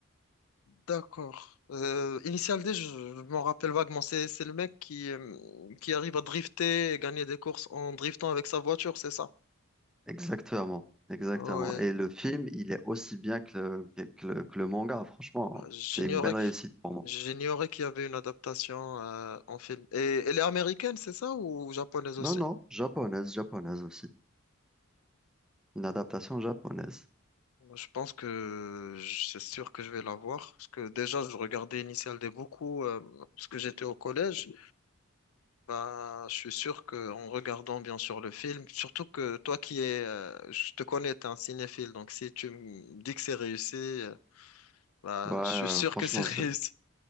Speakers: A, on the left; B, in the centre.
A: D'accord. Euh, Initial D, je, je m'en rappelle vaguement. C'est, c'est le mec qui, euh, qui arrive à drifter et gagner des courses en driftant avec sa voiture, c'est ça?
B: Exactement, exactement.
A: Ouais.
B: Et le film, il est aussi bien que le, que que le, que le manga, franchement.
A: J'ignorais,
B: C'est une belle
A: que-
B: réussite pour moi.
A: j'ignorais qu'il y avait une adaptation euh, en film. Et elle est américaine, c'est ça, ou japonaise
B: Non,
A: aussi?
B: non, japonaise, japonaise aussi. Une adaptation japonaise.
A: Moi, Je pense que je- c'est sûr que je vais la voir. Parce que déjà, je regardais Initial D beaucoup euh, parce que j'étais au collège. Bah, je suis sûr que en regardant bien sûr le film, surtout que toi qui es, euh, je te connais, t'es un cinéphile, donc si tu me dis que c'est réussi, euh, bah,
B: Ouais, ouais,
A: je suis sûr
B: franchement,
A: que c'est <laughs> réussi.
B: c'est